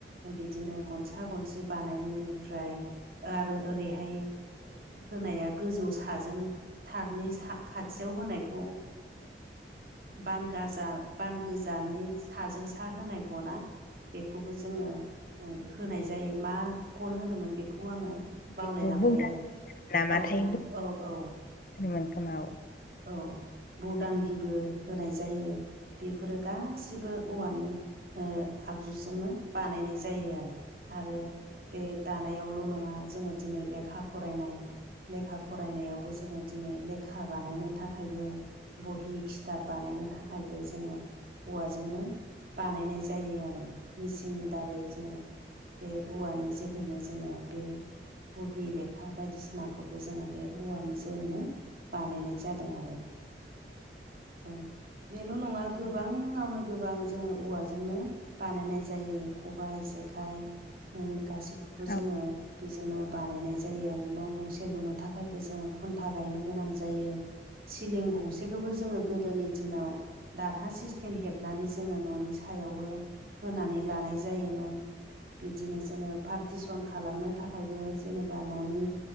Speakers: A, on the right; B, on the left.
A: बिदिनो गनसा गनसि बानायनायनिफ्राय आरो ओरैहाय होनाया गोजौ साजों थारनि सा खाथियाव होनायखौ बान गाजा बान गोजानि साजों साहा होनाय गना बेखौबो जोङो होनाय जायो मा गन होनोमोन बेखौ आङो बावलायलांबाय
B: बेखौ बौदा
A: आरो
B: नामाथाय
A: औ-औ-औ-औ
B: होनोमोन खोमा औ
A: औ बौदां गिबो होनाय जायो बेफोरो गासिबो औवानि आगजुजोंनो बानायनाय जायो आरो आरो बे दानायावल' नङा जोङो दिनै लेखा फरायनाय लेखा फरायनायावबो जोङो दिनै लेखा बानायनो थाखायबो बहि खिथाब बानायनो थाखायबो जोङो औवाजोंनो बानायनाय जायो आरो मिेसिंनि दारै जोङो बे औवानि जोहैनो जोङो बे बहि लेखा बायदिसिनाखौबो जोङो बे औवानि जोहैनो बानायनाय जादों आरो औ बेल' नङा गोबाङावनो गोबां जोङो औवाजोंनो बानायनाय जायो खबाइ जेखाइ गासैखौबो
B: औ-औ-औ-औ-औ-औ-औ-औ-औ-औ-औ-औ
A: जोङो बेजोंनो बानायनाय जायो आरो न' गंसे लुनो थाखायबो जोङो खुन्था गायनो गोनां जायो सिलिं गंसेखौबो जोङो गोदोनि दिनाव दारहा सिस्टेम हेब नानै जोङो न'नि सायावबो होनानै लानाय जायोमोन बिदिनो जोङो पार्टिसन खालामनो थाखायबो जेनेबा न'नि